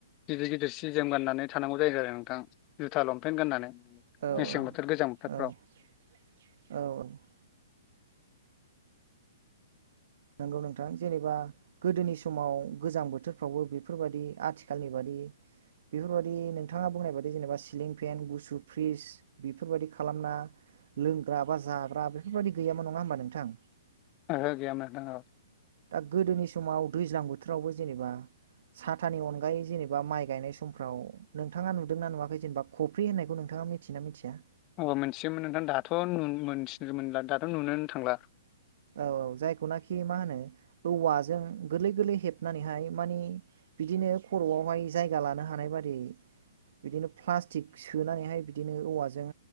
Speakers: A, on the left; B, on the right.
A: गिदिर गिदिर सि जोम गाननानै थानांगौ जायो आरो नोंथां जुथा लंपेन्ट गाननानै।
B: औ
A: मेसें बोथोर
B: औ
A: गोजां बोथोरफ्राव
B: औ औ औ नंगौ नोंथां जेनेबा। गोदोनि समाव गोजां बोथोरफ्रावबो बेफोरबायदि आथिखालनि बादि बेफोरबायदि नोंथाङा बुंनाय बायदि जेनेबा सिलिं फेन गुसु फ्रिज बेफोरबादि खालामना लोंग्रा बा जाग्रा बेफोरबायदि गैयामोन नङा ओमबा नोंथां?
A: ओहो गैयामोन औ
B: दा गोदोनि समाव दैज्लां बोथोरावबो जेनेबा साथानि अनगायै जेनेबा माइ गायनाय समफ्राव नोंथाङा नुदोंना नुवाखै जेनेबा खफ्रि होननायखौ नोंथाङा मिथियोना मिथिया?
A: अ मिथिमोन नोंथां दाथ' नु मोनथिनो मोनला दाथ' नुनोनो थांला।
B: औ औ जायखौनाखि मा होनो औवाजों गोलै गोलै हेबनानैहाय माने बिदिनो खर'आवहाय जायगा लानो हानाय बादि बिदिनो प्लास्टिक सोनानैहाय बिदिनो औवाजों